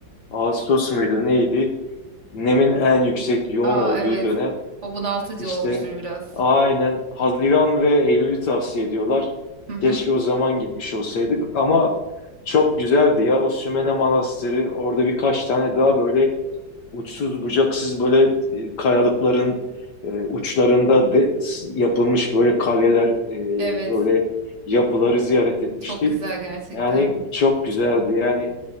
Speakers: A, on the left (about 70°); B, on the right (about 40°).
A: Ağustos muydu neydi? Nemin en yüksek yoğun
B: Aa
A: olduğu
B: evet.
A: dönem.
B: O bunaltıcı
A: İşte
B: olmuştur biraz.
A: aynen Haziran ve Eylül'ü tavsiye ediyorlar.
B: Hı hı.
A: Keşke o zaman gitmiş olsaydık ama çok güzeldi ya o Sümele Manastırı orada birkaç tane daha böyle uçsuz bucaksız böyle e, kayalıkların e, uçlarında de, s- yapılmış böyle kaleler e,
B: Evet.
A: böyle yapıları ziyaret etmiştik.
B: Çok güzel gerçekten.
A: Yani çok güzeldi yani